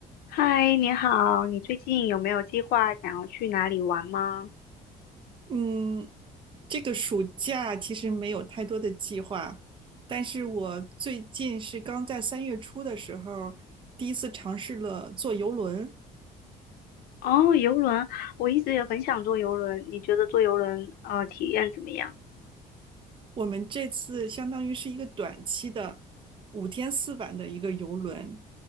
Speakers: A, on the left; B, on the right.
A: 嗨，你好，你最近有没有计划想要去哪里玩吗？
B: 嗯，这个暑假其实没有太多的计划，但是我最近是刚在三月初的时候第一次尝试了坐游轮。
A: 哦，游轮，我一直也很想坐游轮，你觉得坐游轮呃体验怎么样？
B: 我们这次相当于是一个短期的五天四晚的一个游轮，